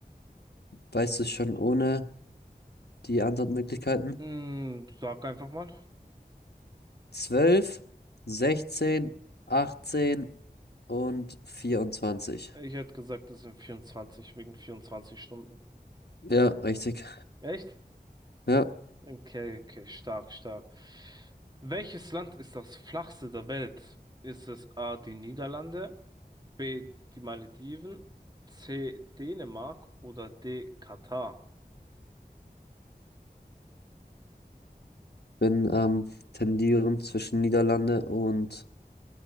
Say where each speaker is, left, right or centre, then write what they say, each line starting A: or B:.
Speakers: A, on the left (about 85°); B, on the right (about 25°).
A: Weißt du es schon ohne die Antwortmöglichkeiten?
B: Mm, sag einfach mal.
A: zwölf sechzehn 18 und vierundzwanzig
B: Ich hätte gesagt, es sind 24 wegen 24 Stunden.
A: Ja, richtig.
B: Echt?
A: Ja.
B: Okay, okay, stark, stark. Welches Land ist das flachste der Welt? Ist es A. die Niederlande? B. Die Malediven. C. Dänemark oder D. Katar.
A: bin am Tendieren zwischen Niederlande und